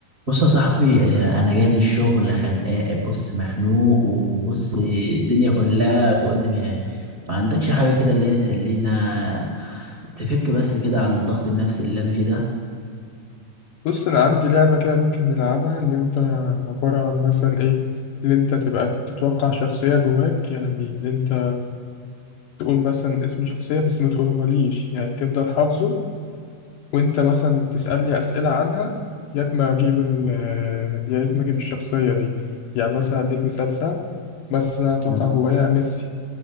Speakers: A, on the right; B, on the left.
A: بص يا صاحبي آه، انا جاي من الشغل خانقان بص مخنوق وبص الدنيا كلها فوق دماغي ما عندكش حاجه كده اللي هي تسلينا تفك بس كده عن الضغط النفسي اللي انا فيه ده
B: بص انا عندي لعبه كده ممكن نلعبها اللي انت عباره عن مثلا ايه اللي انت تبقى تتوقع شخصيه جواك يعني اللي انت تقول مثلا اسم شخصيه بس ما تقولهوليش يعني تفضل حافظه وانت مثلا تسالني اسئله عنها يا ما اجيب ال يا ريت ما اجيب الشخصيه دي يعني مثلا اديك مثال سهل بس انا اتوقع
A: نعم.
B: جوايا ميسي